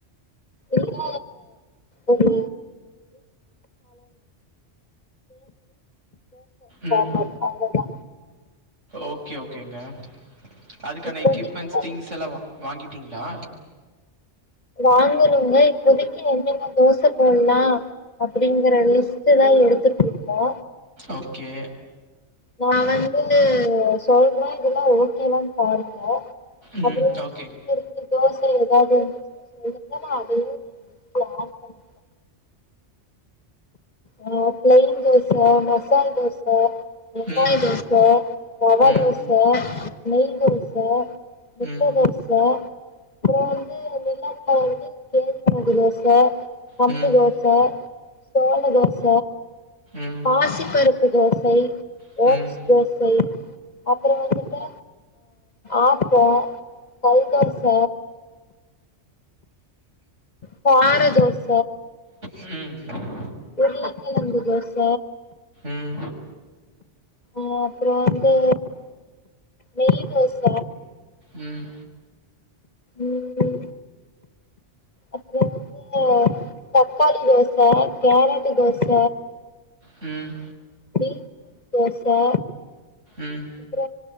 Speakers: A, on the left (about 40°); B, on the right (about 80°).
A: இல்ல ஒரு
B: ம்.
A: <inaudible> <inaudible> <unintelligible>
B: ஓகே ஓகேங்க அதுக்கான
A: இப்போதைக்கு
B: எக்யூப்மெண்ட்ஸ்
A: வந்து
B: திங்ஸ் எல்லா வாங்கிட்டிங்ளா
A: வாங்கணுங்க இப்போதைக்கு வந்து என்னென்ன தோச போடலா அப்டிங்கற லிஸ்ட் தா எடுத்துட்டு இருக்கோ
B: ஓகே
A: நா வந்து சொல்ற இதெல்லா ஓகேல்லான்னு பாருங்க
B: ம்.
A: அப்பற உங்களுக்கு
B: ஓகே.
A: இரு தோச ஏதாவது இருந்துச்சுன்னா சொல்லுங்க நா அதையு ஆட் பண்ணன் ஆ பிளைன் தோச மசால் தோச வெங்காய
B: ம்.
A: தோச ரவா
B: ம்.
A: தோச நெய் தோச முட்ட
B: ம்.
A: தோச அப்பற வந்து வெல்லத்துல வந்து கேழ்வரகு தோச கம்பு
B: ம்.
A: தோச சோள தோச
B: ம்.
A: பாசிப்பருப்பு தோசை
B: ம்.
A: ஓட்ஸ் தோசை அப்பற வந்துட்டு ஆப்ப கல் தோச கார தோச
B: ம்
A: உருளைக்கிழங்கு தோச
B: ம்.
A: அஅப்பற வந்து நெய் தோச
B: ம்
A: ம்ம் இ வந்து தக்காளி தோச கேரட்டு தோச
B: ம்
A: பீட்ரூட் தோச
B: ம்.
A: அப்பற